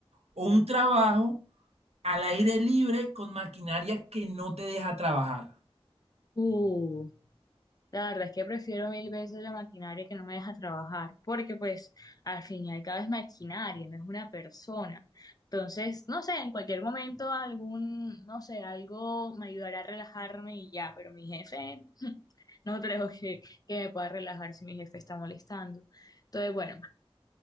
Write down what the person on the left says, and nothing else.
uh, La verdad es que prefiero mil veces la maquinaria que no me deja trabajar, porque pues al fin y al cabo es maquinaria, no es una persona. Entonces, no sé, en cualquier momento algún, no sé, algo me ayudará a relajarme y ya, pero mi jefe, <laughs> no creo que, que me pueda relajar si mi jefe está molestando. Entonces, bueno,